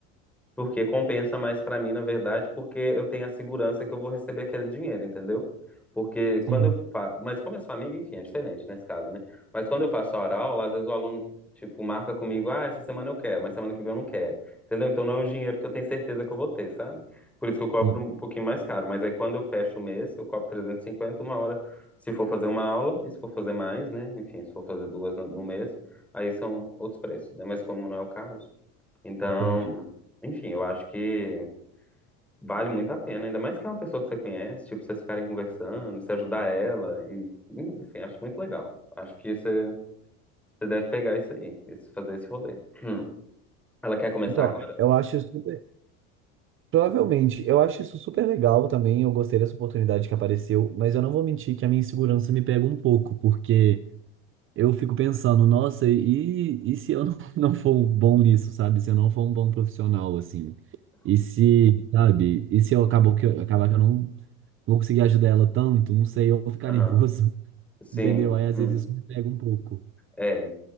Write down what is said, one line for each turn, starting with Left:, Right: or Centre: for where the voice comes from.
Centre: Porque compensa mais pra mim, na verdade, porque eu tenho a segurança que eu vou receber aquele dinheiro, entendeu? Porque quando
Right: Sim,
Centre: eu faço. Mas como é sou amigo, enfim, é diferente nesse caso, né? Mas quando eu faço a aula, às vezes o aluno, tipo, marca comigo, ah, essa semana eu quero, mas semana que vem eu não quero. Entendeu? Então não é um dinheiro que eu tenho certeza que eu vou ter, sabe? Por isso que eu cobro
Right: sim,
Centre: um pouquinho mais caro. Mas aí quando eu fecho o mês, eu cobro 350 uma hora, se for fazer uma aula, e se for fazer mais, né? Enfim, se for fazer duas no no mês, aí são outros preços, né? Mas como não é o caso. Então,
Right: entendi.
Centre: enfim, eu acho que vale muito a pena, ainda mais que é uma pessoa que você conhece, tipo, vocês ficarem conversando, você ajudar ela, e, enfim, acho muito legal. Acho que você, você deve pegar isso aí, esse, fazer esse rolê. Hum. Ela quer começar
Right: Então,
Centre: agora?
Right: eu acho super. Provavelmente, eu acho isso super legal também. Eu gostei dessa oportunidade que apareceu, mas eu não vou mentir que a minha insegurança me pega um pouco, porque. eu fico pensando, nossa, e, e se eu não, <laughs> não for bom nisso, sabe? Se eu não for um bom profissional, assim. E se, sabe? E se eu acabo que acabar que eu não vou conseguir ajudar ela tanto, não sei, eu vou ficar
Centre: Aham.
Right: nervoso, <laughs>
Centre: Sim.
Right: entendeu? Aí às
Centre: Hum.
Right: vezes isso me pega um pouco.
Centre: É,